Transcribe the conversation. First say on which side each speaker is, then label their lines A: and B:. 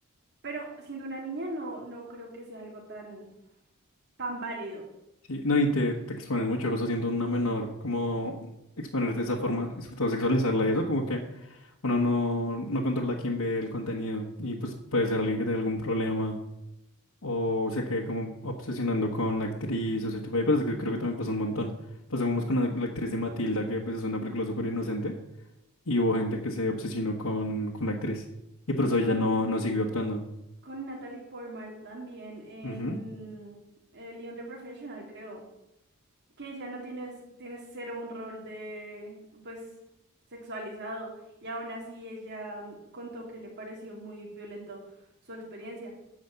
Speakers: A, on the right; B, on the left.
A: Pero siendo una niña no, no creo que sea algo tan, tan válido.
B: Sí, no, y te, te expones mucho, o sea, siendo una menor, como exponerte de esa forma, y sobre todo sexualizarla y eso, como que uno no, no controla quién ve el contenido y pues puede ser alguien que tenga algún problema o se quede como obsesionando con la actriz, o ese tipo de cosas que creo que también pasa un montón. Pasó como con la, la actriz de Matilda, que pues es una película súper inocente, y hubo gente que se obsesionó con, con la actriz, y por eso
A: Con,
B: ella no, no siguió actuando.
A: con Natalie Portman también en
B: Ujú,
A: el Leon the Professional, creo. Que ya no tienes, tienes cero un rol de, pues, sexualizado. Y aún así ella mm, contó que le pareció muy violento su experiencia.